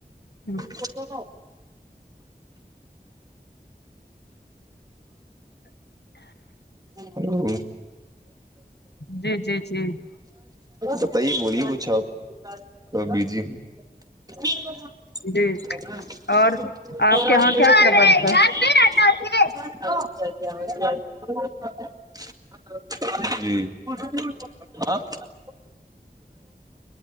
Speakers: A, on the left; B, on the right.
A: ہوں
B: جاں ھم
A: جی جی جی
B: بتائی بولیے کچھ آپ تو بیجی ہ ج
A: جی اور آپ کے یہاں کیا کیا بنتا
B: ا
A: ہے
B: ا ج جی آ